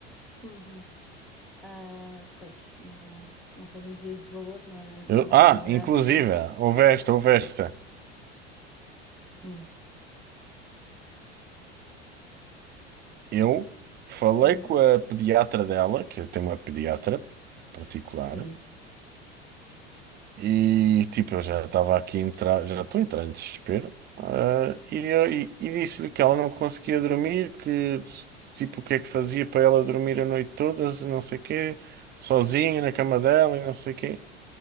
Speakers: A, in the centre; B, on the right (about 30°).
A: uhum. Ah, pois, não, não fazendo juízo de valor, não é, não
B: Eu- ah,
A: é de admirar
B: inclusive,
A: que.
B: houve esta, houve esta.
A: hum,
B: Eu falei
A: uhum.
B: com a pediatra dela, que eu tenho uma pediatra particular,
A: Sim,
B: E tipo, eu já estava aqui a entrar, já estou a entrar em desespero. Ah, e eu- e, e disse-lhe que ela não conseguia dormir, que tipo, o que é que fazia para ela dormir a noite toda, não sei quê, sozinha na cama dela e não sei quê.